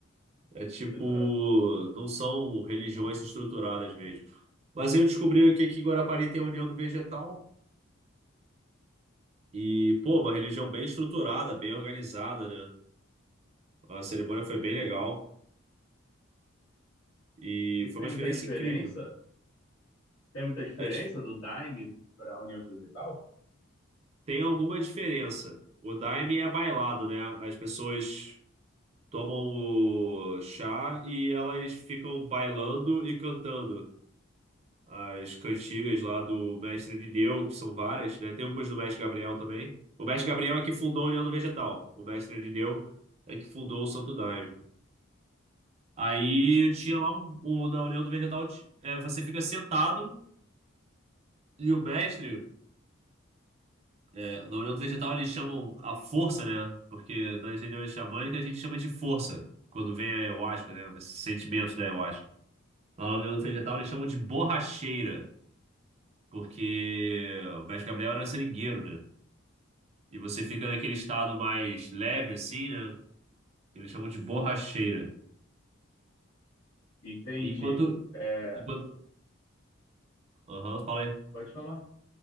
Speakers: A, on the right (about 30°); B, on the left (about 85°).
A: É tipo,
B: Exato.
A: não são religiões estruturadas mesmo. Mas eu descobri que aqui em Guarapari tem a União do Vegetal. E, pô, uma religião bem estruturada, bem organizada, né? A cerimônia foi bem legal. E
B: E
A: foi
B: tem
A: uma experiência
B: muita diferença?
A: incrível.
B: Tem muita diferença
A: É dif-
B: do Daime para a União do Vegetal?
A: tem alguma diferença. O Daime é bailado, né? As pessoas tomam o chá e elas ficam bailando e cantando. as cantigas lá do Mestre Irineu, que são várias, né? Tem algumas do Mestre Gabriel também. O Mestre Gabriel é que fundou o União do Vegetal. O Mestre Irineu é que fundou o Santo Daime. Aí tinha lá um, um- na União do Vegetal, ti- é, você fica sentado e o mestre, é, na União do Vegetal eles chamam a força, né? Porque nas reuniões xamânicas a gente chama de força, quando vem a ayahuasca, né? Esses sentimentos da ayahuasca. Lá na União do
B: Entendi.
A: Vegetal eles chamam de borracheira, porque o mestre Gabriel era seringueiro, né? E você fica naquele estado mais leve, assim, né? Que Eles chamam de borracheira.
B: Entendi.
A: E enquanto.
B: É,
A: Enquanto. Aham, fala aí.
B: pode falar?